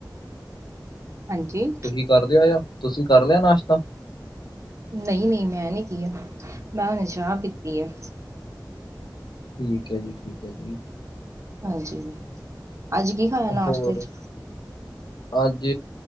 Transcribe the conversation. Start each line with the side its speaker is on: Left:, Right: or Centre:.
Right: ਹਾਂਜੀ!
Left: ਤੁ ਕਰ ਲਿਆ ਯ ਤੁਸੀਂ ਕਰ ਲਿਆ ਨਾਸ਼ਤਾ?
Right: ਨਹੀਂ ਨਹੀਂ ਮੈਂ ਨਹੀਂ ਕਿਹਾ ਮੈਂ ਹੁਨੇ ਚਾਹ ਪੀਤੀ ਹੈ
Left: ਠੀਕ ਹੈ ਜੀ ਠੀਕ ਹੈ ਜੀ
Right: ਹਾਂਜੀ ਅੱਜ ਕੀ? ਖਾਇਆ ਨਾਸ਼ਤੇ
Left: ਹੋਰ!
Right: ਚ
Left: ਅੱਜ